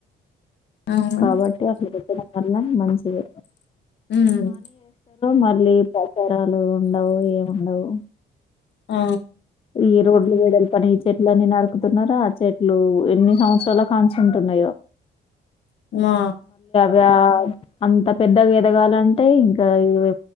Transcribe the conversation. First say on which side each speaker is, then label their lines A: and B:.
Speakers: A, on the left; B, on the left.
A: అవును.
B: కాబట్టి అట్ల పెట్టడం వల్ల మంచిదే
A: హ్మ్.
B: మల్లీ ప్రచారాలు ఉండవు ఏముండవు
A: ఆ
B: ఈ రోడ్లు వెడల్పని ఈ చెట్లన్ని నరుకుతున్నారా ఆ చెట్లు ఎన్ని సంవత్సరాల కాంచి ఉంటున్నాయో
A: నా
B: గా అంత పెద్దగా ఎదగాలంటే ఇంకా ఇవే